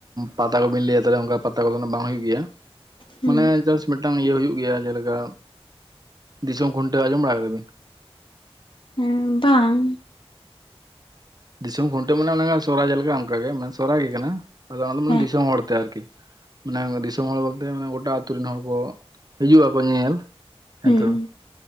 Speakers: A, on the right; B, on the left.
A: ᱯᱟᱛᱟ ᱠᱚᱵᱤᱱ ᱞᱟᱹᱭᱟ ᱚᱱᱠᱟ ᱯᱟᱛᱟ ᱠᱚᱫᱚ ᱵᱟᱝ ᱦᱩᱭᱩᱜᱭ ᱜᱮᱭᱟ
B: ᱦᱮᱸ
A: ᱢᱟᱱᱮ ᱡᱟᱥ ᱢᱤᱫᱴᱟᱝ ᱤᱭᱟᱹ ᱦᱩᱭᱩᱜ ᱜᱮᱭᱟ ᱡᱮᱞᱮᱠᱟ ᱫᱤᱥᱚᱢ ᱠᱷᱩᱱᱴᱟᱹᱣ ᱟᱸᱡᱚᱢ ᱵᱟᱲᱟ ᱠᱟᱫᱟᱵᱤᱱ
B: ᱦᱮᱸ ᱵᱟᱝ
A: ᱫᱤᱥᱚᱢ ᱠᱷᱩᱱᱴᱟᱹᱣ ᱢᱟᱱᱮ ᱥᱚᱨᱦᱟᱭ ᱞᱮᱠᱟ ᱚᱱᱠᱟᱜᱮ ᱢᱟᱱᱮ ᱥᱚᱨᱦᱟᱭ ᱜᱮ ᱠᱟᱱᱟ ᱟᱫᱚ ᱚᱱᱟ ᱫᱚ ᱢᱟᱱᱮ
B: ᱦᱮᱸ
A: ᱫᱤᱥᱚᱢ ᱦᱚᱲᱛᱮ ᱟᱨᱠᱤ ᱢᱟᱱᱮ ᱫᱤᱥᱚᱢ ᱦᱚᱲ ᱵᱚᱞᱛᱮ ᱢᱟᱱᱮ ᱜᱚᱴᱟ ᱟᱛᱳ ᱨᱮᱱ ᱦᱚᱲ ᱠᱚ ᱦᱤᱡᱩᱜ ᱟᱠᱚ ᱧᱮᱧᱮᱞ ᱦᱮᱸᱛᱚ
B: ᱦᱮᱸ